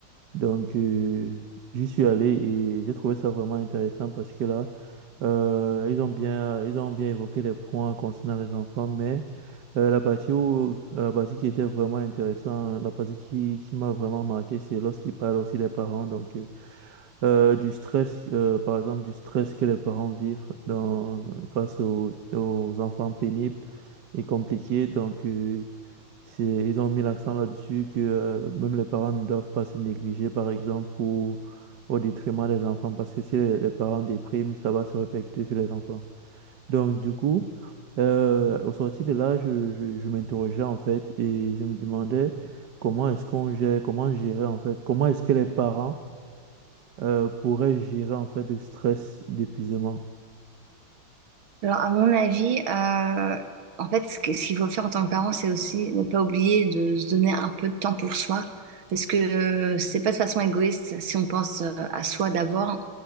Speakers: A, on the right; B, on the right.
A: Donc, euh, j'y suis allé et j'ai trouvé ça vraiment intéressant parce que là, euh, ils ont bien, ils ont bien évoqué les points concernant les enfants, mais euh, la partie où, la partie qui était vraiment intéressante, la partie qui, qui m'a vraiment marqué, c'est lorsqu'ils parlent aussi des parents. Donc, euh, euh, du stress, euh, par exemple, du stress que les parents vivent dans, face aux, aux enfants pénibles et compliqués. Donc, euh, c'est, ils ont mis l'accent là-dessus que euh, même les parents ne doivent pas se négliger, par exemple, pour, au détriment des enfants, parce que si les, les parents dépriment, ça va se répercuter sur les enfants. Donc, du coup, euh, au sortir de là, je, je, je m'interrogeais en fait et je me demandais comment est-ce qu'on gère, comment gérer en fait, comment est-ce que les parents euh, pourrait gérer en fait le stress d'épuisement.
B: Alors, à mon avis, euh, en fait, ce que- ce qu'il faut faire en tant que parent, c'est aussi ne pas oublier de se donner un peu de temps pour soi. Parce que euh, c'est pas de façon égoïste. Si on pense euh, à soi d'abord,